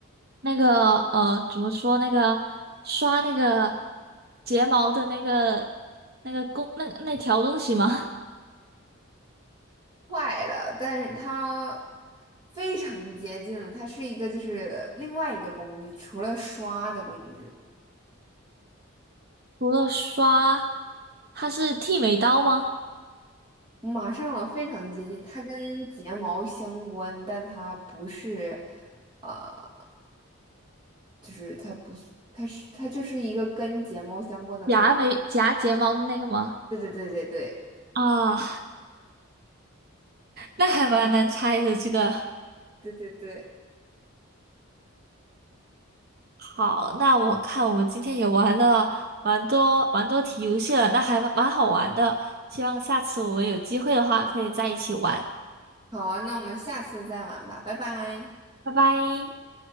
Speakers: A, on the right (about 45°); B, on the right (about 20°).
A: 那个呃，怎么说？那个刷那个睫毛的那个那个工那那条东西吗？
B: 坏了，但是它非常接近了，它是一个就是另外一个工具，除了刷的工具。
A: <laughs> 除了刷，它是剃眉刀吗？
B: 马上了，非常接近。它跟睫毛相关，但它不是，呃，就是它不是，它是它就是一个跟睫毛相关的工。
A: 夹眉夹睫毛的那个吗？
B: 对对对对对
A: 啊，那还蛮难猜的这个。
B: 对对对。
A: 好，那我看我们今天也玩了蛮多蛮多题游戏了，那还蛮蛮好玩的。希望下次我们有机会的话，可以在一起玩。
B: 好啊，那我们下次再玩吧，拜拜。
A: 拜拜。